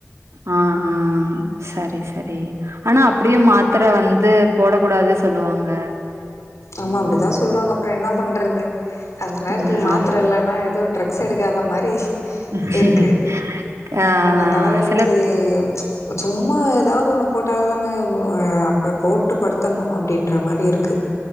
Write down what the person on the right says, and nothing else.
ஆ ஆ சரி சரி ஆனா அப்டிய மாத்திர வந்து போட கூடாது சொல்லுவாங்க
ம்
ஆம்
ஆ
சில